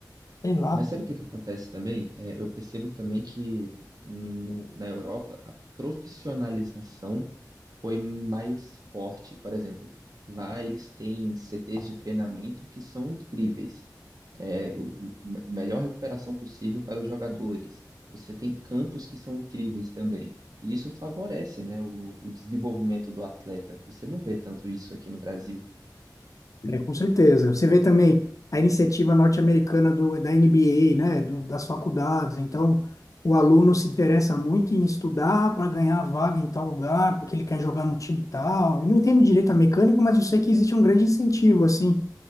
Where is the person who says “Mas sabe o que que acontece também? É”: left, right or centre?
Right